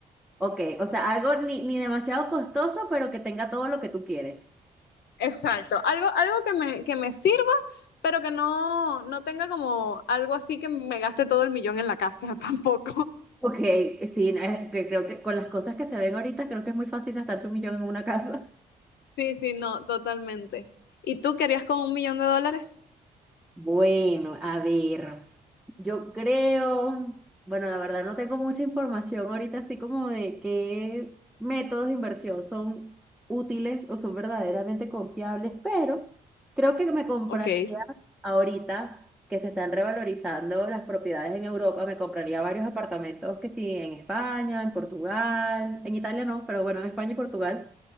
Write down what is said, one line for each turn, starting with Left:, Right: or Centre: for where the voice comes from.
Centre: Ok, o sea, algo ni, ni demasiado costoso, pero que tenga todo lo que tú quieres.
Left: Exacto. Algo, algo que me, que me sirva, pero que no, no tenga como algo así que me gaste todo el millón en la casa <laughs> tampoco.
Centre: Ok, sí, eh, que creo que con las cosas que se ven ahorita, creo que es muy fácil gastarse un millón en una casa.
Left: Sí, sí, no, totalmente. ¿Y tú querías con un millón de dólares?
Centre: Bueno, a ver, yo creo, bueno, la verdad no tengo mucha información ahorita, así como de qué métodos de inversión son útiles o son verdaderamente confiables, pero creo que me compraría
Left: Ok,
Centre: ahorita que se están revalorizando las propiedades en Europa, me compraría varios apartamentos que sí, en España, en Portugal, en Italia no, pero bueno, en España y Portugal.